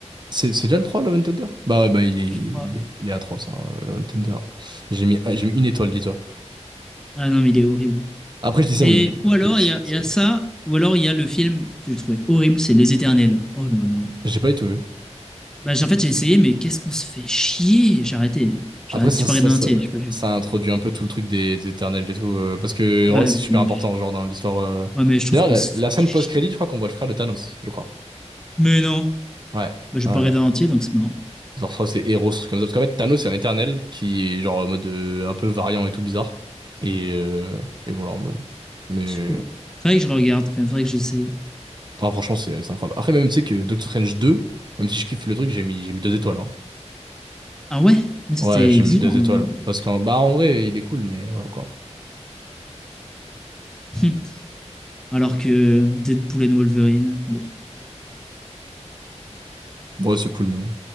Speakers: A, on the right (about 40°); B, in the centre.
A: C'est c'est déjà le trois Love and Thunder? Bah ouais, bah il est, il
B: crois.
A: est, il est atroce, hein, Love and Thunder. J'ai mis, j'ai mis une étoile, dis-toi.
B: Ah non, mais il est horrible.
A: Après, je dis ça,
B: Mais,
A: mais
B: ou alors,
A: les suites,
B: il y a, il y a
A: euh,
B: ça, ou alors, il y a le film que j'ai trouvé horrible, c'est Les Éternels. Oh là là.
A: j'ai pas du tout vu.
B: Bah, j'ai- en fait, j'ai essayé, mais qu'est-ce qu'on se fait chier! J'ai arrêté. J'ai
A: Après,
B: arrêté,
A: ça,
B: j'ai pas
A: ça,
B: regardé
A: ça,
B: en entier, j'ai pas vu.
A: ça introduit un peu tout le truc des, des éternels et tout, euh, parce que
B: Ouais,
A: en vrai, c'est
B: mais,
A: super important, genre, dans l'histoire. euh.
B: ouais, mais je trouve
A: D'ailleurs,
B: qu'on
A: la,
B: se fait
A: la scène
B: chier.
A: post-crédit, je crois qu'on voit le frère de Thanos, je crois.
B: Mais non!
A: Ouais,
B: Bah, j'ai
A: ouais.
B: pas regardé
A: ouais.
B: en entier, donc c'est marrant.
A: Genre, je crois que c'est Eros, truc comme ça. Parce qu'en fait, Thanos, c'est un éternel qui est, genre, en mode euh, un peu variant et tout bizarre. Et, euh, et voilà, en mode. Mais.
B: C'est cool. Faudrait que je regarde quand même, faudrait que j'essaye.
A: Ah, franchement, c'est c'est incroyable. Après, même, tu sais que Doctor Strange 2, même si je kiffe le truc, j'ai mis, j'ai mis deux étoiles. hein.
B: Ah ouais? Mais toi,
A: Ouais,
B: t'es
A: j'ai
B: exigeant.
A: mis deux étoiles.
B: euh.
A: Parce qu'en bah, en vrai, il est cool, mais voilà quoi.
B: Hum. Alors que Deadpool and Wolverine, bon.
A: Bon, ouais, c'est cool, mais bon.